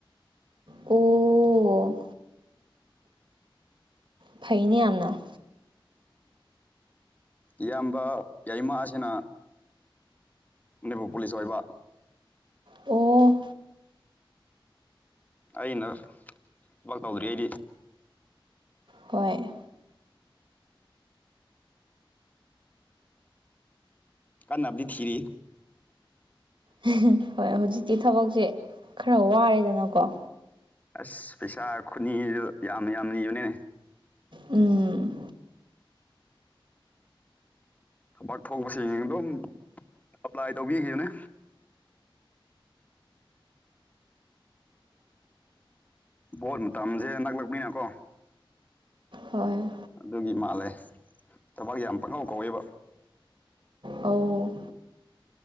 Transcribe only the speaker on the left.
ꯏꯌꯥꯝꯕ ꯌꯥꯏꯃ ꯁꯤꯅ ꯃꯅꯤꯄꯨꯔ ꯄꯨꯂꯤꯁ ꯑꯣꯏꯕ
ꯑꯩꯅ ꯊꯕꯛ ꯇꯧꯗ꯭ꯔꯤ ꯑꯩꯗꯤ
ꯀꯥꯟꯅꯕꯨꯗꯤ ꯊꯤꯔꯤ
ꯑꯁ ꯄꯩꯁꯥ ꯈꯨꯅꯤꯁꯨ ꯌꯥꯝ ꯌꯥꯝꯅ ꯅꯤꯕꯅꯦ
ꯊꯕꯛ ꯊꯣꯛꯄꯁꯤꯡ ꯑꯗꯨꯝ ꯑꯦꯄ꯭ꯂꯥꯏ ꯇꯧꯕꯤꯈꯤꯕꯅꯦ ꯄꯣꯠ ꯃꯇꯝꯁꯦ ꯅꯥꯛꯂꯛꯄꯅꯤꯅ ꯀꯣ
ꯑꯗꯨꯒꯤ ꯃꯥꯜꯂꯦ ꯊꯕꯥꯛ ꯌꯥꯝ ꯄꯪꯉꯥꯎ ꯀꯧꯋꯦꯕ